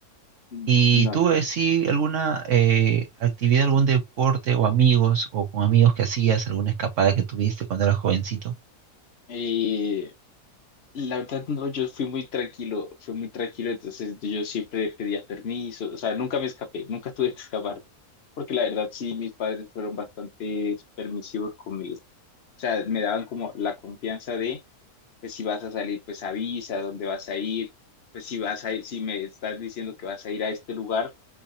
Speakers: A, on the left (about 45°); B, on the right (about 60°).
A: no.
B: ¿Y tú, eh, sí, alguna eh, actividad, algún deporte o amigos o con amigos que hacías, alguna escapada que tuviste cuando eras jovencito?
A: Eh, la verdad, no, yo fui muy tranquilo, fui muy tranquilo, entonces yo siempre pedía permiso, o sea, nunca me escapé, nunca tuve que escapar, porque la verdad sí, mis padres fueron bastante permisivos conmigo. O sea, me daban como la confianza de, pues si vas a salir, pues avisa dónde vas a ir, pues si vas a ir, si me estás diciendo que vas a ir a este lugar,